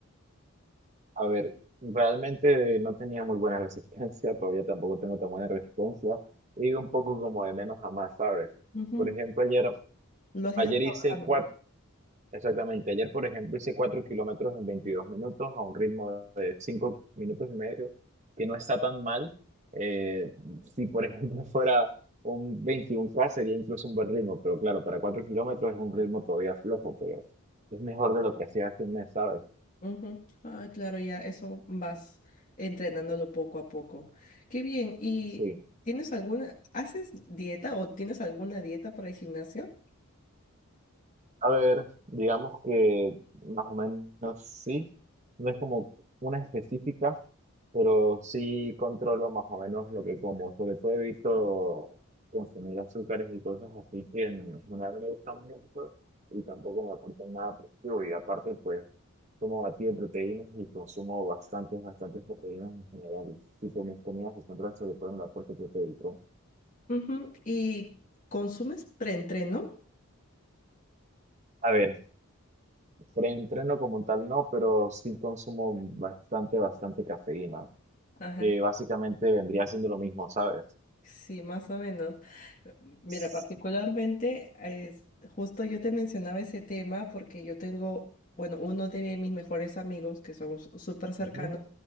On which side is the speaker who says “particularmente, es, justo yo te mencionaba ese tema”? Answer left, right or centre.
Left